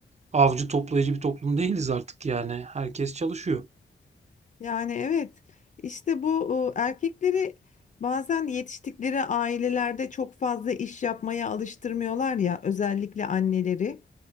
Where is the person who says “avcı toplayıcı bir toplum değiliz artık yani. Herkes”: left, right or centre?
Right